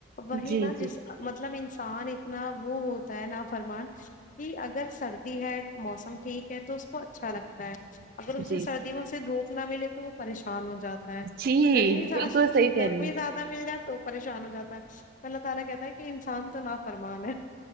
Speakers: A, on the left (about 40°); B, on the right (about 50°).
A: وہی
B: جی
A: نا
B: جی
A: جس مطلب انسان اتنا وہ ہوتا ہے نا فرمان کہ اگر سردی ہے موسم ٹھیک ہے تو اس کو اچھا لگتا ہے اگر اسے
B: جی
A: سردی میں اسے دھوپ نہ ملے تو وہ پریشان ہو جاتا ہے
B: جی
A: گرمی زیاد
B: بالکل صحیح کہہ
A: گرمی
B: رہی ہیں
A: زیاد دہ مل جائے تو پریشان ہو جاتا ہے تو اللہ تعالی کہتا ہے کہ انسان تو نا فرمان ہے